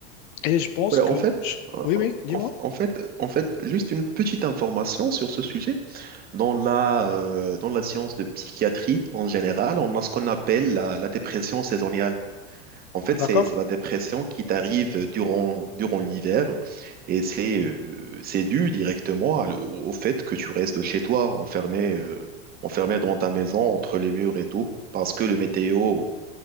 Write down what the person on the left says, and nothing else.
Et je pense
que,
oui, oui, dis-moi.
D'accord.